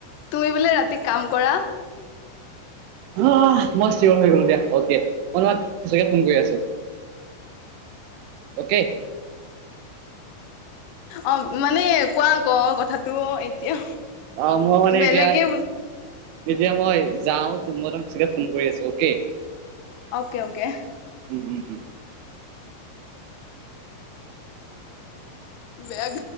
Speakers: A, on the left; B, on the right.
A: তুমি বোলে ৰাতি কাম কৰা
B: অ মই চিয়ৰ হৈ গলো দিয়া অকে মই তোমাক সচাকে ফোন কৰি আছো অকে
A: অ মানে কোৱা আকৌ কথাটো এতিয়া
B: অ ম মানে
A: বেলেগে
B: এতিয়া এতিয়া মই যাও তোমাক চাগে ফোন কৰি আছো অকে
A: অকে অকে
B: উম উম উম
A: বেগ